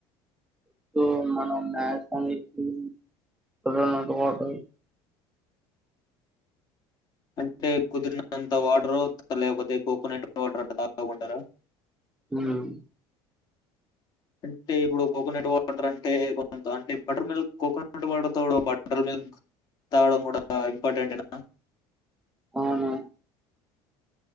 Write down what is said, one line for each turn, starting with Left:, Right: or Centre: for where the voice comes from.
Centre: ఎ మనయా సనిధణ కట <unintelligible>
Left: అంటే కుదిరినంత వాటర్ లేకపోతే కోకోనట్ వాటర్ అ తా ఉంటారా
Centre: ఉమ్
Left: అంటే ఇప్పుడు కోకనెట్ వాటర్ అంటే కొ అంటే బటర్ మిల్క్ కోకనట్ వాటర్ తో బటర్ మిల్క్ తాగడం కూడా ఇంపార్టెంటేన
Centre: అవున